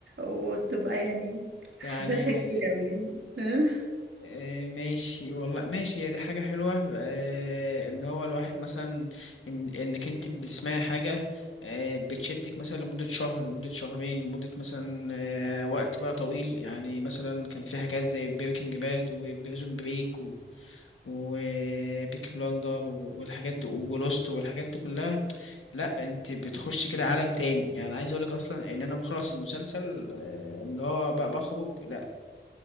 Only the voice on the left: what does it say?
يعني
آه، ماشي والله ماشي هي دي حاجة حلوة آه، إن هو الواحد مثلا إن إنك أنت بتسمعي حاجة آه، بتشدك مثلا لمدة شهر لمدة شهرين لمدة مثلا آه، وقت بقى طويل يعني مثلا كان في حاجات زي بريكنج باد وبريزون بريك و وبيكي بلاندر والحاجات دي ولوست والحاجات دي كلها لا انت بتخش كده عالم تاني يعني عايز اقولك اصلا ان انا بخلص المسلسل آه، اللي هو بقى بخرج لا